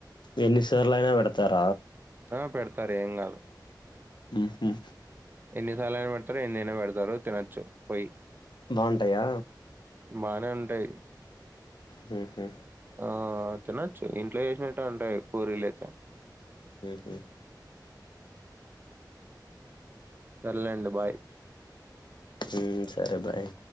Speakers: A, on the left; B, on the right.
A: ఎన్నిసార్లు అయిన పెడతార
B: ఆ పెడతారు ఏం కాదు
A: ఉహు
B: ఎన్ని సార్లునైన పెడతారు ఎన్ని అయినా పెడతారు తినొచ్చు పోయి
A: బాగుంటయా
B: బానే ఉంటయి
A: హుహు
B: ఆ తినొచ్చు ఇంట్లో చేసినట్టు ఉంటాయి పూరీలు అయితే
A: ఉహు
B: సర్లే అండి బాయ్
A: ఉమ్ సరే బాయ్